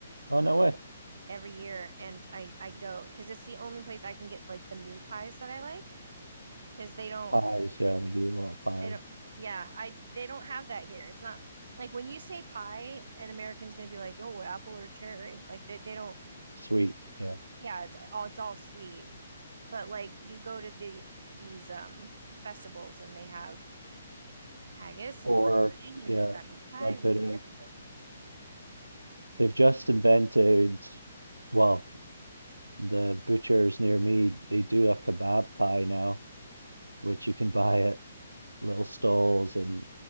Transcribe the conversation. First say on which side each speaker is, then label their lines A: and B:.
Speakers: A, on the right; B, on the right.
A: Oh,
B: um
A: no way.
B: every year and I I go because it's the only place I can get like the meat pies that I like because they don't
A: Pies. Yeah, we do a lot of pies.
B: they don't yeah, I they don't have that here. It's not like when you say pie, an American's gonna be like, "Oh, apple or cherry." Like they they don't
A: Sweet. Yeah.
B: yeah, it's all it's all sweet. But like you go to the these um festivals and they have haggis
A: Pork.
B: and blood pudding
A: Yeah.
B: and they've got meat pies
A: Blood pudding.
B: and everything.
A: They've just invented, well, the butchers near me, they do a kebab pie now, which you can buy at little stalls, and